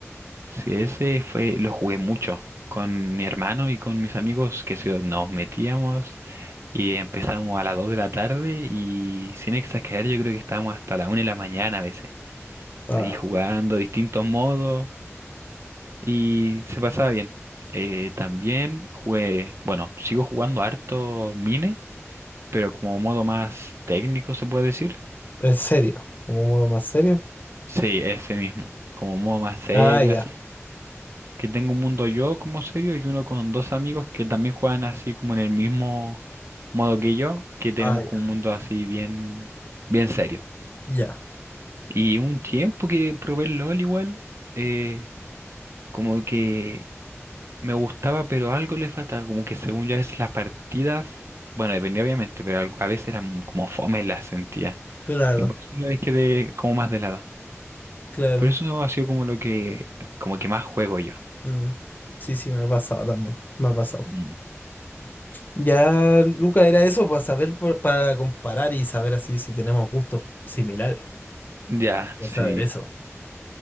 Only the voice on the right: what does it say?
Sí, ese fue, lo jugué mucho con mi hermano y con mis amigos que se- nos metíamos y empezamos a las 2 de la tarde y sin exagerar yo creo que estábamos hasta la una de la mañana a veces.
ahí jugando distintos modos y se pasaba bien. Eh, también jugué, bueno, sigo jugando harto Mine, pero como modo más técnico se puede decir.
Sí, ese mismo, como modo más serio,
así. Que tengo un mundo yo como serio y uno con dos amigos que también juegan así como en el mismo modo que yo, que tenemos
como un mundo así bien, bien serio.
Y un tiempo que probé el LOL igual, eh, como que Me gustaba, pero algo le faltaba, como que según yo a veces las partidas, bueno, dependía obviamente, pero al- a veces eran como fome las sentía.
Y por eso lo dejé de, como más de lado.
Pero eso no ha sido como lo que, como que más juego yo.
Mm.
Ya,
sí,